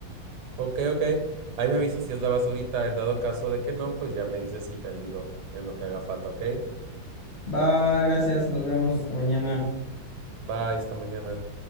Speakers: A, on the right; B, on the left.
A: Ok, ok. Ahí me avisa si es la basurita. En dado caso de que no, pues ya me dice si te ayudó en lo que haga falta, ¿ok?
B: Va, va, gracias, nos vemos hasta mañana.
A: Bye, esta mañana.